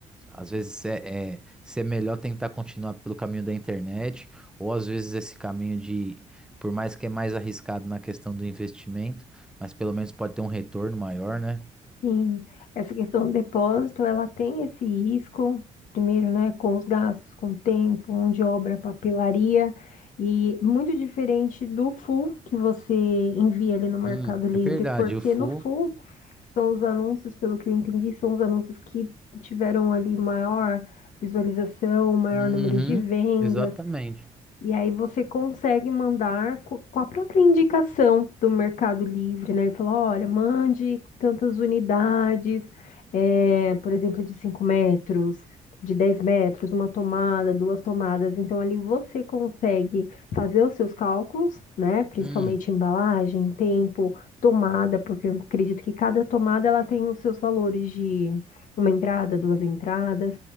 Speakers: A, in the centre; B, on the left.
A: Às vezes é, é, se é melhor tentar continuar pelo caminho da internet, ou às vezes esse caminho de, por mais que é mais arriscado na questão do investimento, mas pelo menos pode ter um retorno maior, né?
B: sim. Essa questão do depósito, ela tem esse risco, primeiro, né, com os gastos, com o tempo, mão de obra, papelaria, e muito diferente do full que você envia ali no Mercado
A: Hum,
B: Livre,
A: é verdade,
B: porque
A: o full.
B: no full são os anúncios, pelo que eu entendi, são os anúncios que tiveram ali maior visualização, maior
A: Uhum,
B: número de vendas.
A: exatamente.
B: E aí você consegue mandar co- com a própria indicação do Mercado Livre, né? Ele falou, olha, mande tantas unidades, é, por exemplo, de 5 metros, de 10 metros, uma tomada, duas tomadas. Então ali você consegue fazer os seus cálculos, né? Principalmente
A: Hum,
B: embalagem, tempo, tomada, porque eu acredito que cada tomada ela tem os seus valores de uma entrada, duas entradas.